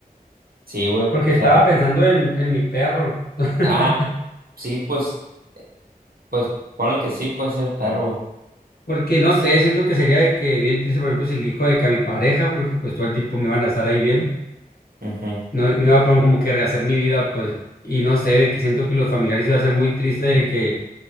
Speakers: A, on the right; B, on the left.
A: Sí, güey.
B: porque
A: O sea,
B: estaba pensando en, en mi perro. <laughs>
A: ah, sí, pues, pues, ponle que sí puede ser el perro,
B: Porque no sé, siento que sería de que bien triste, por ejemplo, si elijo de que a mi pareja, porque pues todo el tiempo me van a estar ahí viendo.
A: güey. Ujú.
B: no, no iba a poner como que rehacer mi vida, pues, y no sé, de que siento que los familiares iba a ser muy triste de que